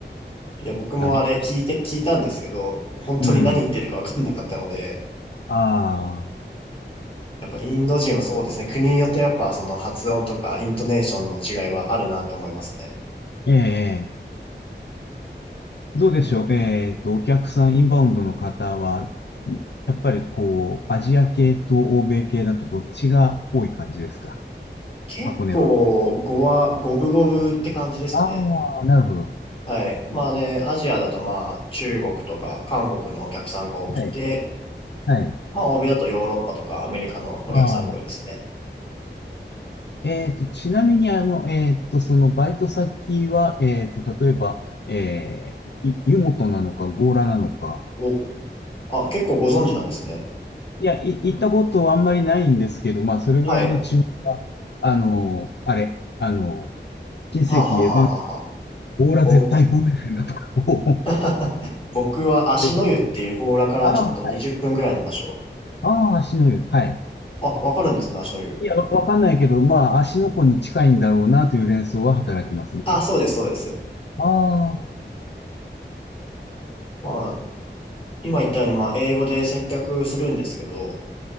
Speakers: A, on the left; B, on the left.
A: いや、僕もあれ聞いて、
B: ありました。
A: 聞いたんですけど、本当に何言ってるかわかんなかったので、
B: うん。ああ、
A: やっぱインド人はそうですね。国によってやっぱその発音とかイントネーションの違いはあるなと思いますね。
B: ええ、ええどうでしょう。
A: うん
B: えっと、お客さん、インバウンドの方は、やっぱりこう、アジア系と欧米系だとどっちが多い感じですか
A: 結構語は五分五分って感じですね。
B: 箱根は。ああ、なるほど。
A: はい。まあで、アジアだとまあ中国とか韓国のお客さんが多くて、
B: はい、はい。
A: まあ欧米だとヨーロッパとかアメリカのお客さんが多いですね。
B: ああ、えっと、ちなみに、あの、えっと、そのバイト先は、えっと、例えば、えー、い湯本なのか、強羅なのか、
A: お、あ、結構ご存知なんですね。
B: いや、い、行ったことはあんまりないんですけど、まあ、それぐらいの知名、
A: はい。
B: あの、あれ、あの、新世紀エヴァン、
A: はあ、はあはあはあはあ、
B: オーラ絶対ボーエンだとかを、
A: ぼ、
B: こ
A: <laughs> 僕は足の湯っていう強羅からちょっと20分ぐらいの場所。
B: う <laughs> ああ、はい、ああ、足の湯、はい。
A: あ、わかるんですね、足の湯。
B: いや、わわかんないけど、まあ、足の子に近いんだろうなという連想は働きますね。
A: あ、そうです、そうです。
B: ああ、
A: まあ、今言ったように、まあ、英語で接客するんですけど、